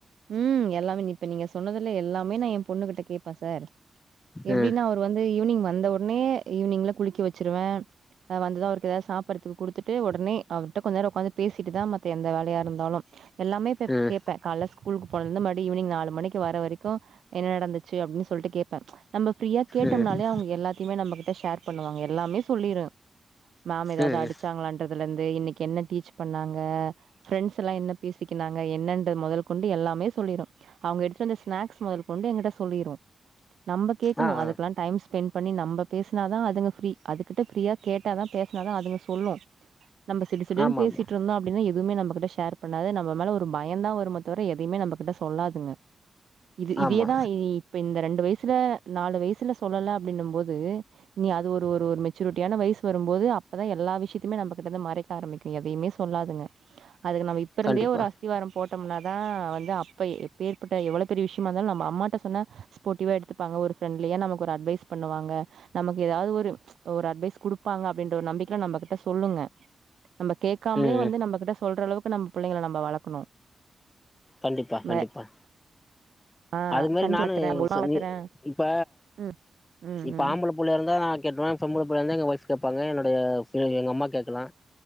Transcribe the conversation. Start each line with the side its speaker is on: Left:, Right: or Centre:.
Right: ம் எல்லாமே இப்ப நீங்க சொன்னதுல எல்லாமே நா ஏ பொண்ணு கிட்ட கேப்ப சார் எப்டின்னா
Left: ம்
Right: ஒர் இவுரு வந்து ஈவினிங் வந்த ஒன்னே ஈவினிங்ல குளிக்க வச்சிருவ நா வந்துதா அவுருக்கு எதாவுது சாப் பறதுக்கு குடுத்துட்டு ஒடனே அவர்ட்ட கொஞ்சோ நேரோ உக்காந்து பேசிட்டுதா மத்த எந்த வேலயா இருந்தாலு எல்லாமே பெப்
Left: ம்
Right: கேப்ப கால்ல ஸ்கூலு போனதுந்துல இருந்து மறுபிடி ஈவினிங் நாலு மணிக்கு வர வரைக்கு என்ன நடந்துச்சு அப்டின்னு சொல்ட்டு கேப்ப நம்ம ஃப்ரீயா கேட்டோம்னாலே
Left: ம்
Right: அவுங்க எல்லாத்தியுமே நம்ம கிட்ட ஷேர் பண்ணுவாங்க எல்லாமே சொல்லிரு மேம் எதாவுது
Left: ம்
Right: அடிச்சாங்களான் ன்றதுல இருந்து இன்னக்கி என்ன டீச் பண்ணாங்க ஃப்ரெண்ட்ஸ் எல்லா என்ன பேசிகீனாங்க என்னன்ற மொதல் கொண்டி எல்லாமே சொல்லிரு அவுங்க எடுத்துட்டு வந்த ஸ்நாக்ஸ் மொதல் கொண்டு எங்கிட்ட சொல்லிரு நம்ம கேக்குணு
Left: ஆ ஆ
Right: அதுகெல்லா டைம்ஸ் ஸ்பெண்ட் பண்ணி நம்ம பேசினாதா அதுங்க ஃப்ரீ அதுகிட்ட ஃப்ரீயா கேட்டாதா பேசினாதா அதுங்க சொல்லு நம்ம சிடு சடுனு
Left: ஆமா
Right: பேசிட்டு
Left: ஆமா
Right: இருந்தோ அப்டின்னா எதுமே நம்மகிட்ட ஷேர் பண்ணாது நம்ம மேல ஒரு பயோ தா வருமோ தவிர எதையுமே நம்ம கிட்ட சொல்லாதுங்க இது இதேதா
Left: ஆமா
Right: இ இப்ப இந்த ரெண்டு வயசுல நாலு வயசுல சொல்லல அப்டின்னு போது நீ அது ஒரு ஒரு ஒரு மெச்சூரிட்டியான வயசு வரும்போது அப்பதா எல்லா விஷியத்தையமே நம்ம கிட்ட இருந்து மறைக் க ஆரம்பிக்கு எதையுமே சொல்லாதுங்க அதுக்கு நம்ம இப்ப இருந்தே
Left: கண்டிப்பா
Right: ஒரு அஸ்திவாரோ போட்டோம்ன்னா தா வந்து அப்ப எப்பேற்பட்ட எவ்ளோ பெரிய விஷியமா இருந்தாலு நம்ம அம்மாட்ட சொன்னா ஸ்போடிவா எடுத் துப்பாங்க ஒரு ஃப்ரெண்லியா நமக்கு ஒரு அட்வைஸ் பண்ணுவாங்க நமக்கு எதாவுது ஒரு ஒரு அட்வைஸ் குடுப்பாங்க அப்டின்ற ஒரு நம்பிக்கைல நம்மக் கிட்ட சொல்லுங்க நம்ம கேக்காமலே
Left: ம்
Right: வந்து நம்ம கிட்ட சொல்ற அளவுக்கு நம்ம பிள்ளைங்கள நம்ப வளக்கணு
Left: கண்டிப்பா கண்டிப்பா
Right: மே ஆ
Left: அது மாரி
Right: கஞ்சி
Left: நானு
Right: வக்கிறே உப்மா
Left: சொல்லி
Right: வக்கிறே
Left: இப்ப
Right: ம் ம்
Left: இப்ப
Right: ம்
Left: ஆம்பளப் புள்ள இருந்தா நா கேட்ருவே பொம்பளப்புள்ள இருந்தா எங்க ஒய்ஃப் கேப்பாங்க என்னோடைய ஃபி எங்க அம்மா கேக்கலா